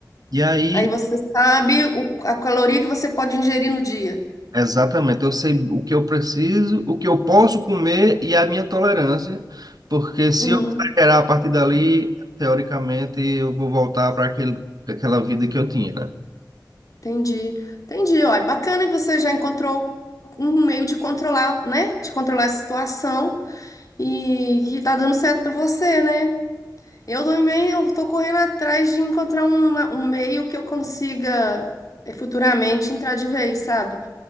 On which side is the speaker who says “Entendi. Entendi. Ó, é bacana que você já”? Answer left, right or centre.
Left